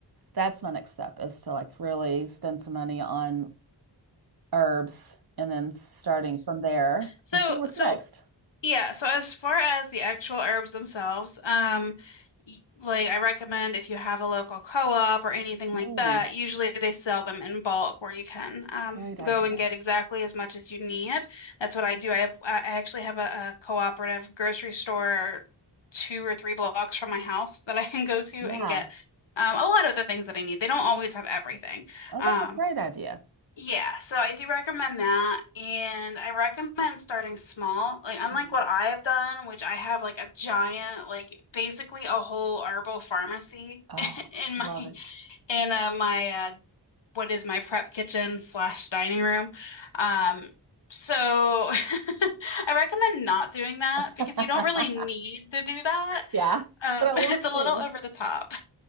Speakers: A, on the right; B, on the left.
A: that's my next step is to like really spend some money on herbs and then starting from there
B: So
A: and see what's
B: so
A: next
B: Yeah, so as far as the actual herbs themselves, um, y- like I recommend if you have a local co-op or anything
A: hmm
B: like that, usually they sell them in bulk where you can um,
A: Great idea.
B: go and get exactly as much as you need. That's what I do. I have, I I actually have a, a cooperative grocery store two or three blocks from my house that I can go to
A: Yeah.
B: and get um, a lot of the things that I need. They don't always have everything.
A: Oh,
B: Um,
A: that's a great idea.
B: yeah, so I do recommend that. And I recommend starting small. Like, unlike
A: Mm.
B: what I have done, which I have like a giant, like basically a whole herbal pharmacy
A: Oh,
B: <laughs> in
A: love
B: my,
A: it.
B: in uh, my, uh, what is my prep kitchen slash dining room. Um, so <laughs> I recommend not doing that
A: <laughs>
B: because you don't really need to do that.
A: Yeah,
B: Um,
A: but I
B: <laughs>
A: want
B: it's a
A: to.
B: little over the top.